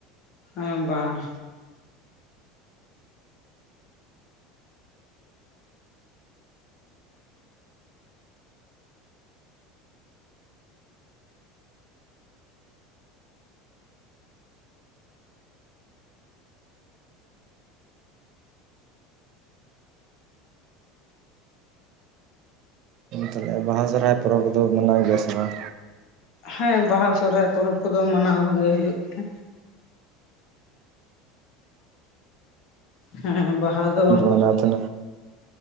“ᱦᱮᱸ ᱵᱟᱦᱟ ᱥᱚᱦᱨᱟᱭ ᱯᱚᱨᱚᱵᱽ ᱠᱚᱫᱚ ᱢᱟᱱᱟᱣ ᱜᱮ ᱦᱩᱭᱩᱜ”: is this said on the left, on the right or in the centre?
Left